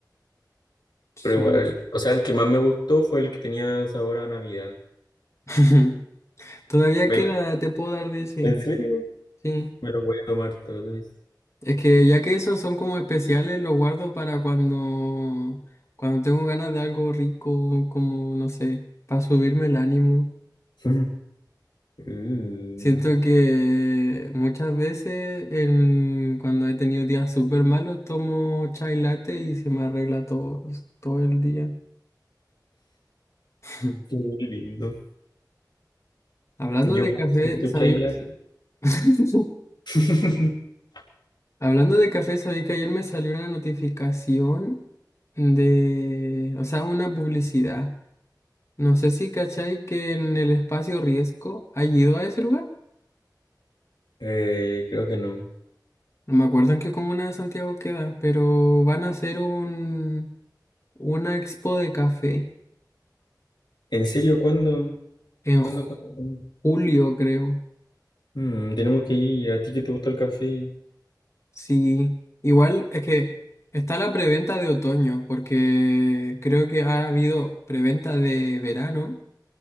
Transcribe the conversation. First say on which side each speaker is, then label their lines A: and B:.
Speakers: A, on the left; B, on the left.
A: Sí.
B: Pero igual, o sea, el que más me gustó fue el que tenía sabor a Navidad.
A: <laughs> Todavía
B: Ve-
A: queda, te puedo dar de ese.
B: ¿En serio?
A: Sí.
B: Me lo voy a tomar todo eso.
A: Es que ya que esos son como especiales, los guardo para cuando, cuando tengo ganas de algo rico, como, no sé, para subirme el ánimo.
B: <laughs> Uh,
A: Siento que muchas veces en, cuando he tenido días súper malos, tomo chai latte y se me arregla todo, todo el día. <laughs>
B: qué lindo.
A: Hablando
B: Yo
A: de
B: puedo
A: café,
B: ser tu
A: sabía...
B: chai latte.
A: <laughs>
B: <laughs>
A: Hablando de café, sabía que ayer me salió una notificación de, o sea, una publicidad. No sé si cachai que en el espacio Riesgo ha ido a ese lugar.
B: Eh, creo que no.
A: No me acuerdo en qué comuna de Santiago queda, pero van a hacer un, una expo de café
B: ¿En serio? ¿Cuándo?
A: en
B: ¿Cuándo?
A: ju-
B: ¿Cuándo? ¿Cuándo?
A: julio, creo.
B: Mm, tenemos que ir. ¿A ti que te gusta el café?
A: Sí, igual es que está la preventa de otoño, porque creo que ha habido preventa de verano